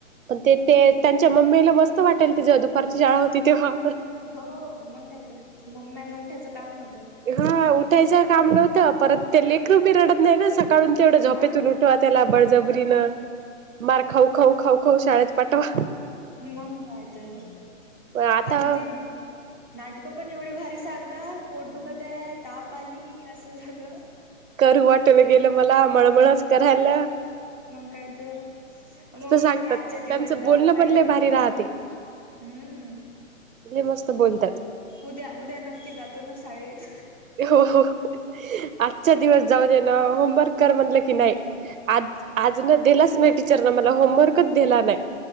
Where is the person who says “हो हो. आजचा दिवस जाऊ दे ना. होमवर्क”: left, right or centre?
Right